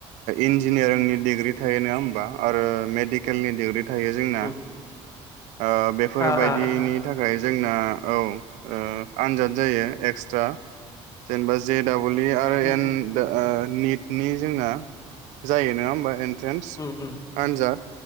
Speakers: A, on the right; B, on the left.
A: इन्जिनियारिंनि डिग्रि थायो नङा होमबा आरो मेडिकेलनि डिग्रि थायो जोंना
B: उम
A: ओ बेफोरबायदिनि
B: ओ ओ
A: थाखाय जोंना औ ओ आनजाद जायो एक्सट्रा जेनेबा जे दाबल हलि आरो
B: उम
A: ए दा निटनि जोंना जायो नङा होमबा नों थ्रेनस
B: उम उम
A: आनजाद